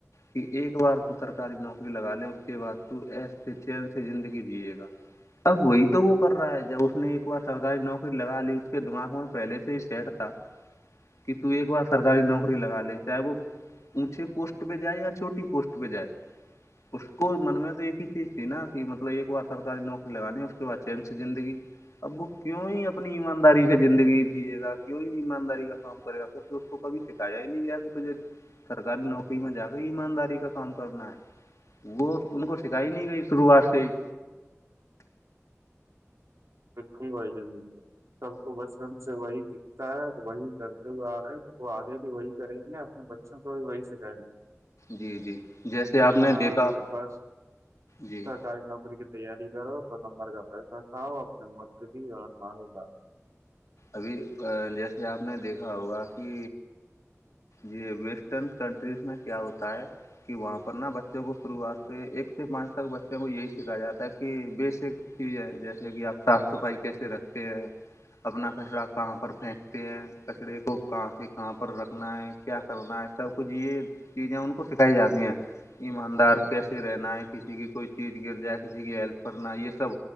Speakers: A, on the left (about 70°); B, on the right (about 70°).
A: کہ ایک بار تو سرکاری نوکری لگا لے اس کے بع ت ایس چ زندگی جیے گا اب وہی تو وہ کر رہا ہے جب اس نے ایک بار سرکاری نوکری لگا لی اس کے دماغ میں پہلے سے بیٹ تھا کہ ت ایک بار سرکاری نوکری لگا لے چاہے وہ اونچے پوسٹ پہ جائے یا چھوٹی پوسٹ پہ جائے اس کو من میں تو ایک ہی چیز تھی نا مطلب ایک بار سرکاری نوکری لگانی اس کے بعد چین س زندگی ابو کیوں ہی اپنی ایمانداری سے زندگی جیے گا کیوں ایمانداری کا کام کرے گا تو تو اس کو کبھی سکھایا ہی نہیں گیا کہ تو جو سرکاری نوکری میں جا کے ایمانداری کا کام کرنا ہے وہ ان کو سکھائی نہیں گئی شروعات سے ہی
B: تو خ ہو جان ملتا ہے سب کو بچپن سے وہی دکھتا ہے وہی کرتے ہوئے آ رہے ہیں تو وہ آگے بھی وہی کریں گے اپنے ب کوئی وی سک ہے
A: جی جی جیسے آپ نے
B: ہاں
A: دیکھا
B: بس
A: جی
B: سرکاری نوکری کی تیاری کرو تو نمبر کا پیسہ کاؤ اپنے مرگ بھی اور مار لاال
A: ابھی جیسے آپ نے دیکھا ہوگا کہ یہی ویسٹرن کنٹریز میں کیا ہوتا ہے کہ وہاں پر نا بچوں کو شروعات سے ایک سے پانچ تک بچوں کو یہی سیککھایا جاتا ہے کہ بیےسک چیز ہے جیسے کہ آپ صاف صفائی کیسے رکھتے ہیں اپنا کچرا کہاں پر پھینکتے ہے کچرے کو کہ پ کہاں پر رکھ سنا ہے کیا کرنا ہے سب کچھ یہ چیزیں ان کو سکھائی جاتی ہیں ایماندار کیسے رہنا ہے کسی کی کوئی چیز گر جائے کسی کی ہیلپ کرنا ہے یہ سب